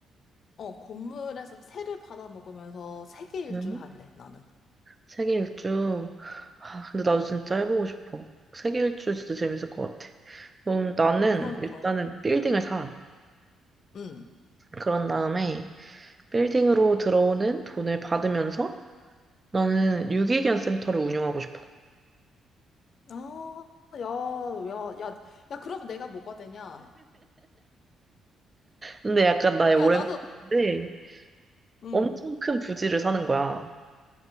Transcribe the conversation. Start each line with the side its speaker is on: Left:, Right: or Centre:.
Left: 어, 건물에서 새를 받아 먹으면서 세계 일주
Right: 응.
Left: 할래, 나는.
Right: 세계 일주. 아, 근데 나도 진짜 해보고 싶어. 세계 일주 진짜 재밌을 것 같아. 그럼 나는
Left: 그러니까.
Right: 일단은 빌딩을 사.
Left: 응.
Right: 그런 다음에 빌딩으로 들어오는 돈을 받으면서 나는 유기견 센터를 운영하고 싶어.
Left: 아, 야, 야, 야, 야, 그러면 내가 뭐가 되냐?
Right: 근데 약간 나의
Left: 야,
Right: 오랜
Left: 나도
Right: <laughs> 꿈인데
Left: 음.
Right: 엄청 큰 부지를 사는 거야.